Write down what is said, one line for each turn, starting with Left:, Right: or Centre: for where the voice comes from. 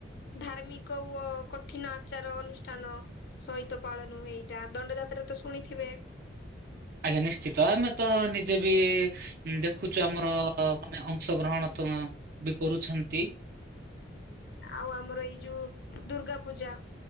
Left: ଧାର୍ମିକ ଓ କଠିନ ଆଚାର ଅନୁଷ୍ଟ୍ ସ୍ଥାନ ସହିତ ପାଳନ ହୁଏ ଏଇଟା ଦଣ୍ଡ ଯାତ୍ରା ତ ଶୁଣିଥିବେ।
Right: ଆଜ୍ଞା ନିଶ୍ଚିତ ଆମେ ତ ନିଜେ ବି ଦେଖୁଚୁ ଆମର ଆମ ମାନେ ଅଂଶ ଗ୍ରହଣ ତ ବି କରୁଛନ୍ତି।
Left: ଆଉ ଆମର ଏଇ ଯୋଉ ଦୁର୍ଗା ପୂଜା।